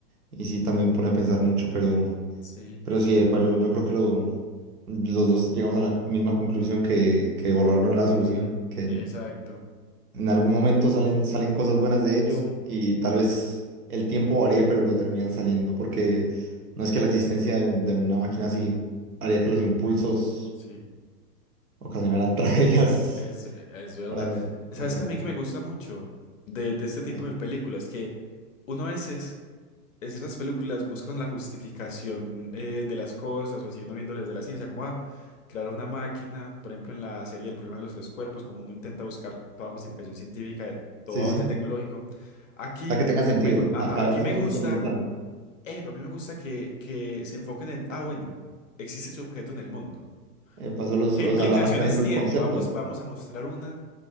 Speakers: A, on the right; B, on the left.
A: y sí también pone a pensar mucho, pero,
B: Sí,
A: pero
B: y-
A: sí, epa, yo, yo creo que lo, los dos llegamos a la misma conclusión que, que borrar no es la solución, que
B: exacto.
A: en algún momento salen, salen cosas buenas de ello
B: Sí,
A: y tal vez el tiempo varíe, pero lo terminan saliendo, porque no es que la existencia de, un- de una máquina así haría que los impulsos
B: sí,
A: ocasionaran <laughs> tragedias
B: es, e, es verdad.
A: para los
B: ¿Sabes
A: cuatro
B: también que me gusta mucho de, de este tipo
A: Eh,
B: de películas? Que uno a veces en ciertas películas buscan la justificación eh, de las cosas, o así uno viéndolo desde la ciencia, como ah, crear una máquina, por ejemplo, en la serie El problema de los tres cuerpos, como uno intenta buscar toda justificación científica de todo
A: Sí,
B: avance
A: sí.
B: tecnológico. Aquí
A: O sea, que tenga sentido.
B: me, gu- ajá,
A: Acá
B: aquí
A: eso
B: me
A: es
B: gusta,
A: un segundo plano.
B: eh, a mí me gusta que, que se enfoquen en, ah, bueno, existe su objeto en el mundo.
A: Eh, pasó los,
B: ¿Qué
A: o
B: implicaciones
A: sea, la máquina es solo
B: tiene?
A: el concepto.
B: Vamos, vamos a mostrar una